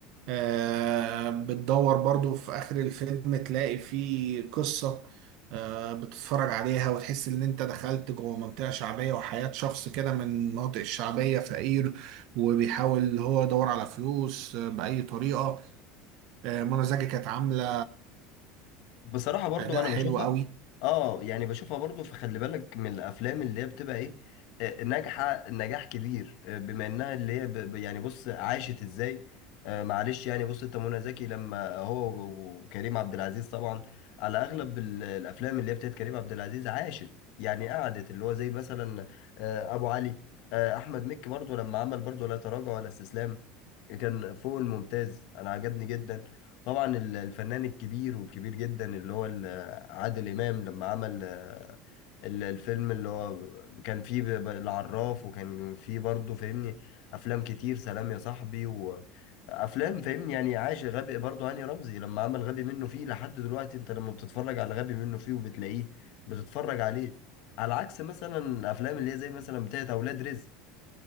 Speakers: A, on the right; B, on the left.
A: آه، بتدور برضو في آخر الفيلم تلاقي فيه قصة آه، بتتفرج عليها وتحس إن أنت دخلت جوه منطقة شعبية وحياة شخص كده من المناطق الشعبية فقير وبيحاول اللي هو يدور على فلوس آه، بأي طريقة آه، منى زكي كانت عاملة
B: بصراحة برضو
A: أداء
B: أنا
A: حلو
B: بشوفها
A: قوي
B: آه يعني بشوفها برضو فخلي بالك من الأفلام اللي هي بتبقى إيه آه، ناجحة نجاح كبير آه، بما إنها اللي هي ب- ب- يعني بص عاشت إزاي آه، معلش يعني بص أنت منى زكي لما هو و- وكريم عبد العزيز طبعا على أغلب ال- الأفلام اللي هي بتاعت كريم عبد العزيز عاشت يعني قعدت اللي هو زي مثلا آه، أبو علي آه، أحمد مكي برضو لما عمل برضو لا تراجع ولا استسلام كان فوق الممتاز أنا عجبني جدا طبعا ال- الفنان الكبير والكبير جدا اللي هو ال- عادل إمام لما عمل آه، ال- الفيلم اللي هو كان فيه ب- ب- العراف وكان فيه برضه فاهمني أفلام كتير سلام يا صاحبي وأفلام فاهمني يعني عاش غبي برضه هاني رمزي لما عمل غبي منه فيه لحد دلوقتي أنت لما بتتفرج على غبي منه فيه وبتلاقيه بتتفرج عليه على عكس مثلا الأفلام اللي هي زي مثلا بتاعت أولاد رزق